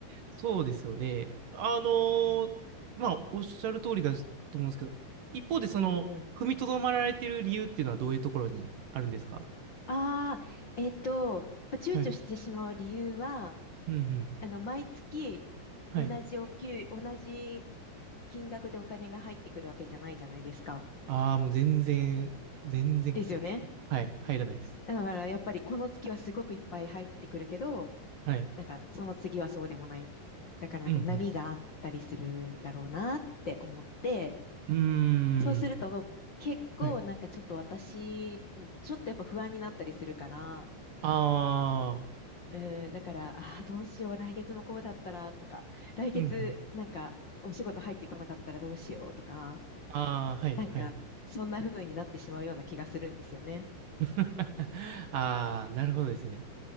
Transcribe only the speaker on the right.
そうですよね。あのーまあ、
おっしゃる通りだと思うんですけど、一方でその、
踏みとどまられてる理由っていうのはどういうところにあるんですか
はい。うんうん。
はい。
ああ、もう全然、全然、
はい、入らないです。
はい。
うんうん。うーん。
はい。
ああ、
うんうん。ああ、はい、
はい。
<laughs> ああ、なるほどですね。